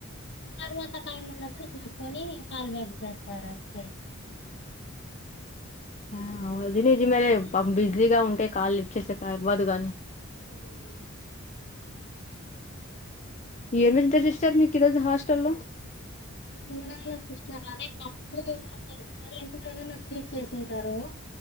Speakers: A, on the left; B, on the left.
A: తర్వాత టైం ఉన్నప్పుడు చూసుకొని కాల్ బ్యాక్ చేస్తారు అంతే
B: ఆ అది నిజమేలే పాపం బిజీగా ఉంటే కాల్ లిఫ్ట్ చేసేకవ్వదు కానీ
A: హ్మ్
B: ఏం వేజిటర్ చేస్తరు మీకు ఈ రోజు హాస్టల్ల్లో
A: చూడాల సిస్టర్ అదే పప్పు ఏమనా చేసింటారు లేకుంటే ఏదనా స్వీట్ చేసింటారు